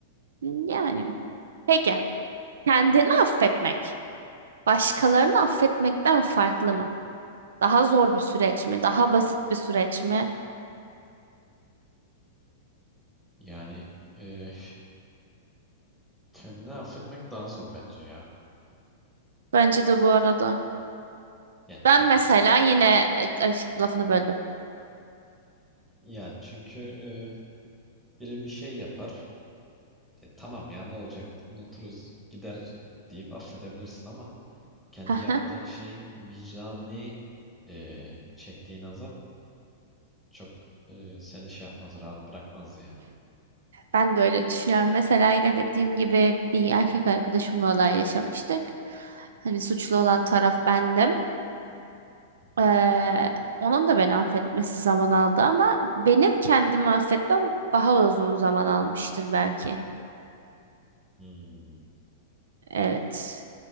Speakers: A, on the right; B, in the centre.
A: Hmm, Yani. Peki. Kendini affetmek. Başkalarını affetmekten farklı mı? Daha zor bir süreç mi? Daha basit bir süreç mi?
B: yani e, kendini affetmek daha zor bence ya.
A: Bence de bu arada.
B: Yani
A: Ben
B: çünkü
A: mesela yine e, ay, lafını böldüm.
B: ya çünkü e, biri bir şey yapar. E, tamam ya ne olacak? Unuturuz, gider deyip affedebilirsin ama kendi
A: <laughs>
B: yaptığın şeyin vicdanı e, çektiğin azap çok e, seni şey yapmaz, rahat bırakmaz ya.
A: Ben de öyle düşünüyorum. Mesela yine dediğim gibi bir erkek arkadaşımla olay yaşamıştık. Hani suçlu olan taraf bendim.
B: Hı.
A: Ee, onun da beni affetmesi zaman aldı ama benim kendimi affetmem daha uzun zaman almıştır belki.
B: Hmm.
A: Evet.